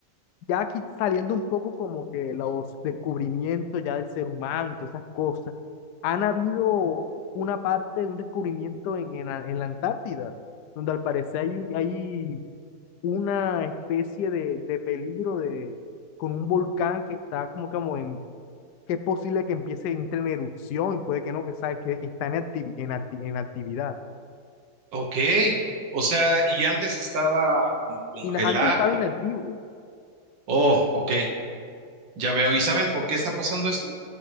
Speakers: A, on the left; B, on the right.
A: ya aquí saliendo un poco como que los descubrimientos ya del ser humano y todas esas cosas, han habido una parte, un descubrimiento en, en la en la Antártida, donde al parecer hay, un- hay una especie de, de peligro de, con un volcán que está como, como en, que es posible que empiece, entre en erupción y puede que no, que, sabe, que está en, activi- en acti- en actividad.
B: Ok, o sea, y antes estaba como congelado.
A: y Antes estaba inactivo,
B: Oh, ok, ya veo. ¿Y saben por qué está pasando esto?